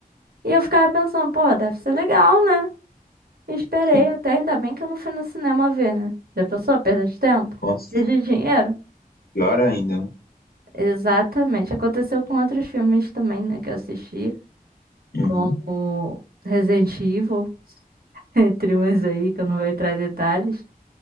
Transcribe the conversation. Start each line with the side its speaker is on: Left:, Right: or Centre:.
Right: E eu ficava pensando, pô, deve ser legal, né? Esperei
Left: sim.
Right: até, ainda bem que eu não fui no cinema ver, né? Já pensou a perda de tempo?
Left: Nossa,
Right: E de dinheiro?
Left: pior ainda, né?
Right: Exatamente. Aconteceu com outros filmes também, né, que eu assisti,
Left: Uhum,
Right: como Resident Evil, <laughs> entre uns aí, que eu não vou entrar em detalhes.